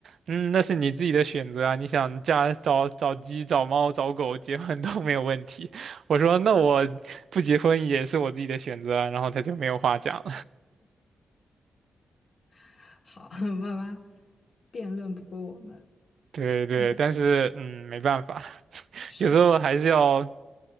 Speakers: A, on the right; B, on the left.
A: 嗯，那是你自己的选择啊，你想嫁找找鸡、找猫、找狗结婚都没有问题。<laughs> 我说那我不结婚也是我自己的选择啊，然后她就没有话讲。
B: <laughs> 好，<laughs> 慢慢辩论不过我们，
A: 对对，
B: 但是
A: 但是嗯，没办法，<laughs>
B: 是
A: 有时候还是要